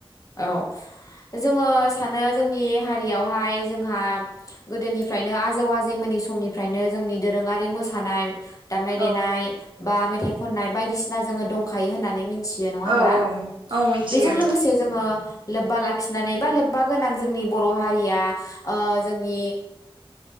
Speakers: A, on the left; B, on the right.
A: औ। जोङो सानो जोंनि हारियावहाय जोंहा गोदोनिफ्राय नो आजौ आजैमोननि समनिफ्रायनो जोंनि दोरोङारि मोसानाय दामनाय
B: औ
A: देनाय बा मेथाइ खननाय बायदिसिना जोङो दंखायो होननानै मिन थियो नङा होनबा?
B: औ औ मिथियो
A: बेजों लोगोसे जोङो लोब्बा लाखि नानै बा लोब्बा गोनां जोंनि बर' हारिया ओ जोंनि